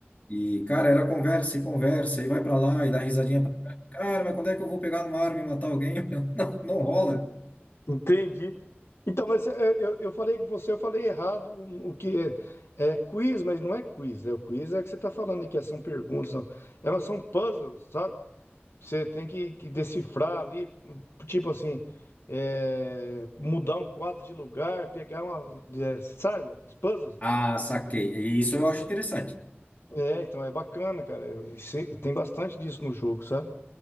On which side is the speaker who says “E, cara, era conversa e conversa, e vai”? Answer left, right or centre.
Left